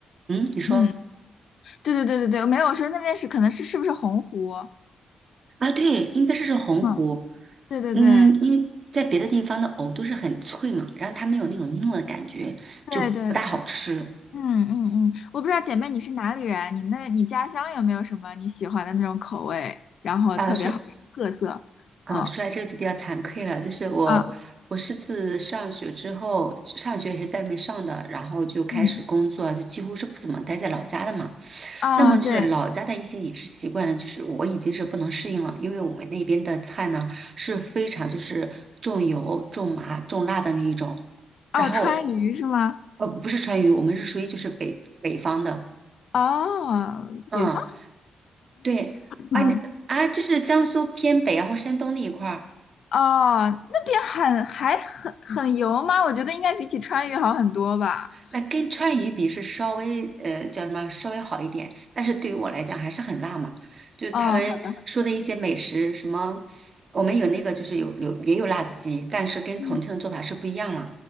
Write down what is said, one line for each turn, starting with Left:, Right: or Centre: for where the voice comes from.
Right: 嗯，你说
Left: 嗯，对对对对对，没有说那边是可能是是不是洪湖？
Right: 啊，对，应该是是洪湖。
Left: 嗯，对对对
Right: 嗯，因为在别的地方的藕都是很脆嘛，然后它没有那种糯的感觉，
Left: 对对对，
Right: 就不大好吃。
Left: 嗯嗯嗯，我不知道姐妹你是哪里人，你那你家乡有没有什么你喜欢的那种口味，然后特别好吃特色？
Right: 啊、是呃，
Left: 哦
Right: 说来这个就比较惭愧了，就是我，
Left: 啊
Right: 我是自上学之后，上学也是在外面上的，然后就开始工作，
Left: 嗯
Right: 就几乎是不怎么待在老家的嘛。
Left: 啊对
Right: 那么就是老家的一些饮食习惯呢，就是我已经是不能适应了，因为我们那边的菜呢是非常就是重油、重麻、重辣的那一种，然后
Left: 哦，川渝是吗？
Right: 呃不是川渝，我们是属于就是北北方的，
Left: 哦，
Right: 嗯，
Left: 北方
Right: 对，啊你啊就是江苏偏北然后山东那一块儿。
Left: 嗯哦，那边很还很很油吗？我觉得应该比起川渝好很多吧。
Right: 那跟川渝比是稍微呃叫什么稍微好一点，但是对于我来讲还是很辣嘛。就是他们说的一些美食，
Left: 哦，好的好的，
Right: 什么我们有那个就是有有也有辣子鸡，但是跟重庆的做法是不一样了。
Left: 嗯